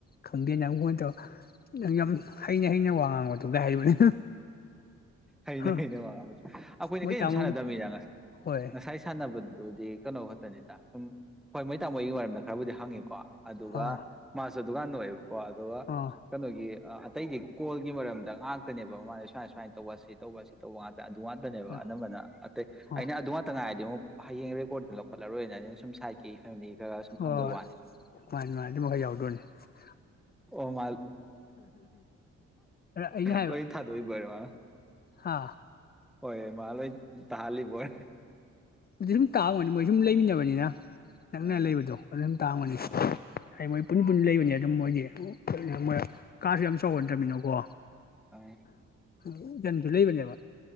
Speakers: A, on the left; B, in the centre.
A: ꯈꯪꯗꯦ ꯅꯪ ꯐꯣꯟ ꯇꯧ ꯅꯪ ꯌꯥꯝ ꯍꯩꯅ ꯍꯩꯅ ꯋꯥ ꯉꯥꯡꯕꯗꯨ ꯀꯥꯏ ꯍꯥꯏꯕꯅꯦ
B: ꯍꯩꯅꯦ
A: ꯍꯣꯏ
B: ꯍꯩꯅꯦ ꯑꯩꯈꯣꯏꯅ
A: ꯃꯣꯏ
B: ꯀꯔꯤꯝ
A: ꯇꯥꯃꯣꯒꯤ
B: ꯁꯥꯟꯅꯗꯕꯃꯤꯗ ꯉꯁꯥꯏ
A: ꯍꯣꯏ
B: ꯉꯁꯥꯏ ꯁꯥꯟꯅꯕꯗꯨꯗꯤ ꯀꯩꯅꯣ ꯈꯛꯇꯁꯤꯗ ꯁꯨꯝ ꯍꯣꯏ ꯃꯣꯏ ꯇꯥ ꯃꯣꯏꯒꯤ ꯃꯔꯝꯗ ꯈꯔꯕꯨꯗꯤ ꯍꯪꯉꯤꯀꯣ ꯑꯗꯨꯒ
A: ꯑꯥ
B: ꯃꯥ <unintelligible> ꯀꯣ ꯑꯗꯨꯒ
A: ꯑꯥ
B: ꯀꯩꯅꯣꯒꯤ ꯑꯇꯩꯗꯤ ꯀꯣꯜꯒꯤ ꯃꯔꯝꯗ ꯉꯥꯛꯇꯅꯦꯕ <unintelligible> ꯁꯨꯃꯥꯏꯅ ꯇꯧꯕꯁꯤ ꯇꯧꯕꯁꯤ ꯇꯧꯕ ꯑꯗꯨ ꯉꯥꯛꯇꯅꯦꯕ
A: ꯑꯥ
B: ꯑꯅꯝꯕꯅ ꯑꯇꯩ ꯑꯩꯅ
A: ꯑꯥ
B: ꯑꯗꯨ ꯉꯥꯛꯇ ꯉꯥꯏꯔꯗꯤ ꯑꯃꯨꯛ ꯍꯌꯦꯡ ꯔꯦꯀꯣꯔꯗꯗꯨꯅ ꯂꯧꯈꯠꯂꯔꯣꯏꯅ ꯑꯩꯅ ꯁꯨꯝ ꯁꯥꯏꯀꯦ ꯐꯦꯃꯤꯂꯤ ꯈꯔ ꯁꯨꯝ
A: ꯍꯣꯏ
B: ꯍꯪꯕꯩ ꯋꯥꯅꯦꯕ
A: ꯃꯥꯅꯤ ꯃꯥꯅꯤ ꯑꯆꯨꯝꯕ ꯈ ꯌꯥꯎ <unintelligible>
B: ꯑꯣ ꯃꯥ
A: ꯑꯩꯅ ꯍꯥꯏꯕ
B: ꯂꯣꯏ ꯊꯥꯗꯣꯛꯏꯕꯣꯔꯦ ꯃꯥ
A: ꯍꯥ
B: ꯍꯣꯏ ꯃꯥ ꯂꯣꯏ ꯇꯥꯜꯂꯤꯕꯣꯏ
A: ꯑꯗꯨ ꯁꯨꯝ ꯇꯥꯡꯕꯅꯤ ꯃꯣꯏ ꯁꯨꯝ ꯂꯩꯃꯤꯟꯅꯕꯅꯤꯅ ꯅꯪꯅꯦ
B: ꯑꯥ
A: ꯂꯩꯕꯗꯣ ꯑꯗꯨ ꯇꯥꯝꯒꯅꯤ
B: ꯍꯣꯏ
A: ꯍꯥꯏꯃꯩ ꯄꯨꯟ ꯄꯨꯟ ꯂꯩꯕꯅꯤ ꯑꯗꯨꯝ ꯃꯣꯏꯗꯤ ꯃꯣꯏ ꯀꯥꯁꯨ ꯌꯥꯝ ꯆꯥꯎꯒꯟꯗꯃꯤꯅꯀꯣ
B: ꯑꯥ ꯑꯥ
A: ꯌꯥꯝꯖꯟꯖꯨ ꯂꯩꯕꯅꯦꯕ